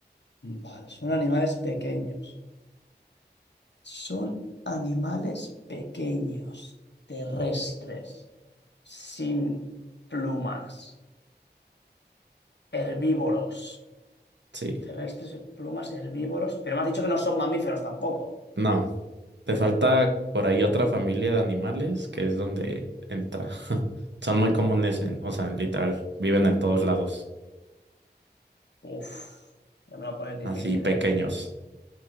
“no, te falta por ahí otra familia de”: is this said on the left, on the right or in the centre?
Right